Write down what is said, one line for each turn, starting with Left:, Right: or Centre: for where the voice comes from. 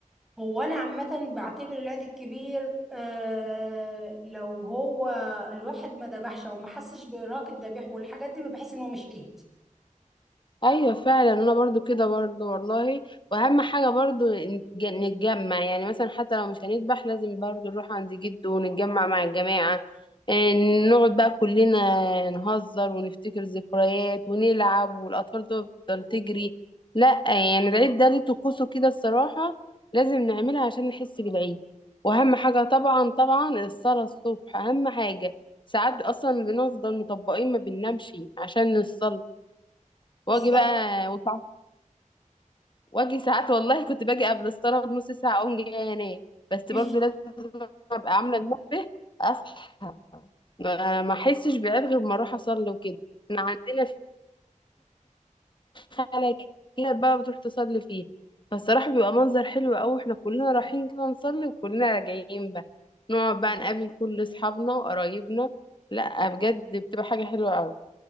Centre: هو انا عامه بعتبر العيد الكبير آه لو هو الواحد ما ذبحش او ما حسش بارهاق الذبيح والحاجات دي بحس ان هو مش عيد
Left: ايوه فعلا انا برضو كده برضو والله واهم حاجه برضو نتج- نتجمع يعني مثلا حتى لو مش هنذبح لازم برضو نروح عند جده ونتجمع مع الجماعه إيه، نقعد بقى كلنا نهزر ونفتكر ذكريات ونلعب والاطفال تفضل تجري لا يعني العيد ده ليه طقوسه كده الصراحه لازم نعملها عشان نحس بالعيد واهم حاجه طبعا طبعا الصلاه الصبح اهم حاجه ساعات اصلا بنفضل مطبقين ما بننامش عشان نصلي
Centre: بالظبط
Left: واجي بقى وسع- واجي ساعات والله كنت باجي قبل الصلاه بنص ساعه اقوم جايه انام بس
Centre: مش
Left: برضو لازم ابقى عامله المنبه اصحى ما ما احسش بعيد غير ما اروح اصلي وكده احنا عندنا في خاله كده بقى بتروح تصلي فيه فالصراحه بيبقى منظر حلو قوي واحنا كلنا رايحين كده نصلي وكلنا راجعين بقى نقعد بقى نقابل كل اصحابنا وقرايبنا لا بجد بتبقى حاجه حلوه قوي